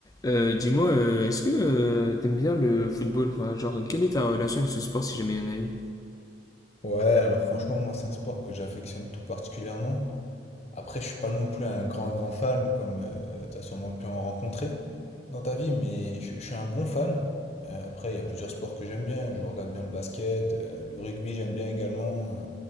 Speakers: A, on the left; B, on the left.
A: Euh, dis-moi, euh, est-ce que euh, t'aimes bien le football? Enfin, genre, quelle est ta relation avec ce sport si jamais il y en a une?
B: Ouais, alors franchement, moi, c'est un sport que j'affectionne tout particulièrement. Après, je suis pas non plus un grand, grand fan, comme tu t'as sûrement pu en rencontrer dans ta vie, mais je, je suis un bon fan. Euh, après, il y a plusieurs sports que j'aime bien. Je regarde bien le basket, euh, le rugby, j'aime bien également. euh,